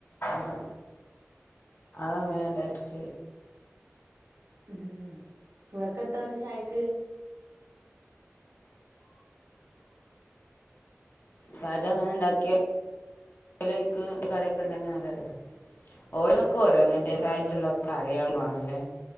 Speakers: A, on the left; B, on the right.
A: അത് അതങ്ങനെ
B: പാലപ്പം
A: ഇണ്ടരച്ച്
B: ഉം നിങ്ങക്കെന്താന്ന് ചായക്ക്?
A: പാചകെങ്ങന്ണ്ടാക്കിയേ? <unintelligible> കറിയൊക്ക്ണ്ടെങ്കി <unintelligible> ഓരോന്നിന്റേതായിട്ടുള്ള
B: ആഹ്
A: കറിആള് വേണല്ലേ